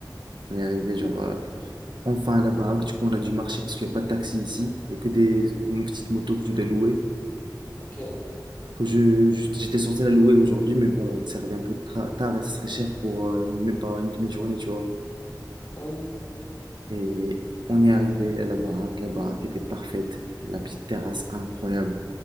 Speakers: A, on the right (about 80°); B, on the left (about 20°).
A: On est arrivé, genre, euh, enfin à la baraque, du coup, on a dû marcher parce qu'il n'y a pas de taxi ici. Il n'y a que des petites motos que tu dois louer.
B: Ok,
A: que je, je- j'étais censé la louer aujourd'hui, mais bon, ça revient un peu tra- tard et ce serait cher pour euh, même pas une demi-journée, tu vois.
B: bah oui.
A: Et on est arrivé à la baraque, la baraque était parfaite, la petite terrasse incroyable.